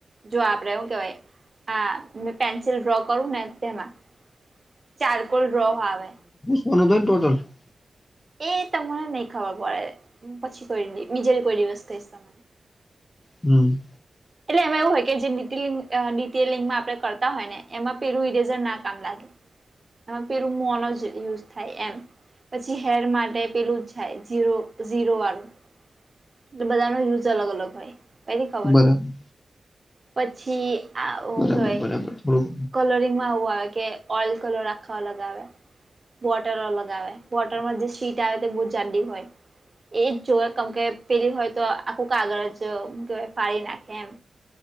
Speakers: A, on the right; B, on the left.
A: જો આપડે એવું કેવાય. હ, મે પેન્સિલ ડ્રો કરું ને, તેમાં ચાર કોલ ડ્રો આવે.
B: બો દ ટોટલ <unintelligible>
A: એ તમને નહી ખબર પડે, હું પછી કો બીજે કોઈ દિવસ કહીશ તો મને.
B: હમ.
A: એટલે એમાં એવું હોય કે, જેિટેલિંગમાં આપણે કરતા હોય ને, એમાં પેલું ઈરેઝર ના કામ લાગે. એમાં પેલું મોન જ યુઝ થાય એમ. પછી હેર માટે પેલું જ થાય, ઝીરો ઝીરો વાળું. એટલે બધાનો યુઝ અલગ-અલગ હોય, પેલી ખબર.
B: બરાબર
A: પછી આ કહેવાય,
B: બરાબર બરાબર થોડુંક
A: કલરિંગમાં એવું આવે કે. ઓઈલ કલર રાખવા લગાવ્યા. બોટર અલગ આવે, બોટર માં જે સીટ આવે તે, બહુ જાડી હોય. એજ જોવે કેમ કે, પેલી હોય તો, આખું કાગળ જ કેવાય ફાડી નાખે. કેમ